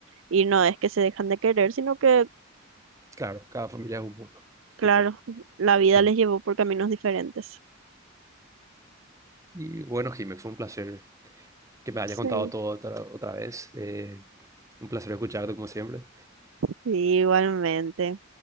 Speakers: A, on the right; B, on the right.
A: y no es que se dejan de querer, sino que
B: Claro, cada familia es un mundo.
A: Claro,
B: Tipo.
A: la vida
B: ujú.
A: les llevó por caminos diferentes.
B: Y bueno, Jimé, fue un placer que me hayas
A: Sí.
B: contado todo otra, otra vez. Eh, un placer escucharte como siempre.
A: Sí, igualmente.